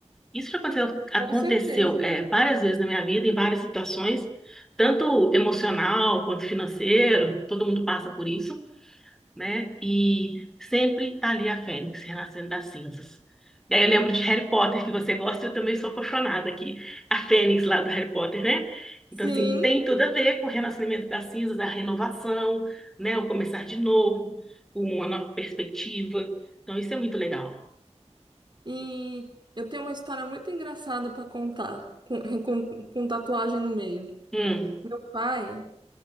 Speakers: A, in the centre; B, on the right (about 40°).
A: Isso já aconteceu, aconteceu,
B: com certeza.
A: é, várias vezes na minha vida, em várias situações, tanto emocional quanto financeiro, todo mundo passa por isso né? E sempre tá ali a Fênix renascendo das cinzas. E aí eu lembro de Harry Potter, que você gosta, e eu também sou apaixonada que a Fênix lá do Harry Potter, né?
B: Sim,
A: Então, assim, tem tudo a ver com o renascimento das cinzas, a renovação, né? O começar de novo, uma nova perspectiva. Então, isso é muito legal.
B: e eu tenho uma história muito engraçada para contar, com, com, com tatuagem no meio.
A: Hum.
B: Meu pai,